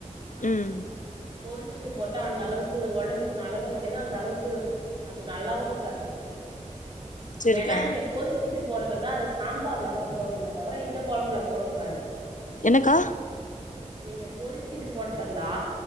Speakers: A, on the left; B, on the right.
A: ம்
B: பொறிச்சிட்டு போட்டா அந்த அளவுக்கு ஒடம்புக்கு நல்லது கெடயாது அந்த அளவுக்கு அது நல்லாவு இருக்காது
A: செரிக்கா
B: வேணா நீங்க பொறிச்சிட்டு போடுறதர்ந்தா அத சாம்பார்லதா போட்ணுமே தவர இந்த கொழம்புல போடக்கூடாது
A: என்னக்கா
B: நீங்க பொறிச்சிட்டு போடத்தந்தா